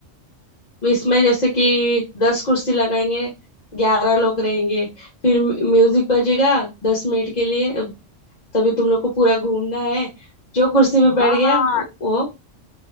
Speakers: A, on the left (about 35°); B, on the left (about 55°).
A: इसमें जैसे कि दस कुर्सी लगाएंगे ग्यारह लोग रहेंगे फिर म्यू- म्यूजिक बजेगा दस मिनट के लिए अब तभी तुम लोग को पूरा घूमना है जो कुर्सी में
B: हाँ
A: बैठ
B: हाँ
A: गया वो
B: हाँ
A: वो-